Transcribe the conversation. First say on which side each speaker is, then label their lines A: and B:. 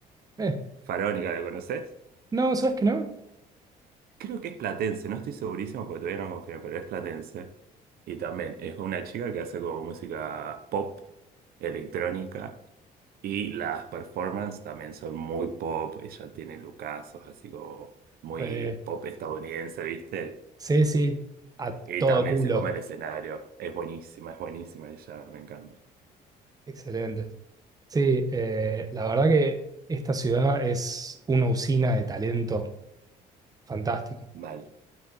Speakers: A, on the right; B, on the right.
A: Eh.
B: <laughs> Faraónica, ¿lo conoces?
A: No, ¿sabes que no?
B: Creo que es platense, no estoy segurísimo porque todavía no confío, pero es platense. Y también es una chica que hace como música pop, electrónica. Y las performances también son muy pop, ella tiene lucazos, así como muy
A: Eh,
B: pop estadounidense, ¿viste?
A: sí, sí, a
B: Y
A: todo
B: también
A: culo.
B: se come el escenario, es buenísima, es buenísima ella, me encanta.
A: Excelente. Sí, eh, la verdad que esta ciudad es una usina de talento fantástico.
B: Mal.